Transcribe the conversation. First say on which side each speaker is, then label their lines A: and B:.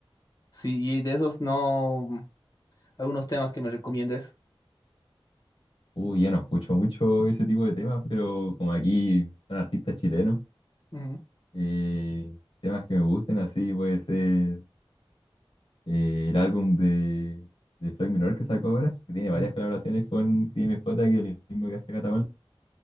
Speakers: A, on the left (about 40°); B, on the left (about 60°).
A: Sí, y de esos no, algunos temas que me recomiendes.
B: Uy, ya no escucho mucho ese tipo de temas, pero como aquí son artistas chilenos,
A: Ujú,
B: eh, temas que me gusten, así puede ser eh, el álbum de, de Floyd Menor que sacó ahora, que tiene varias
A: ujú,
B: colaboraciones con Crim J, que es el mismo que hace Cata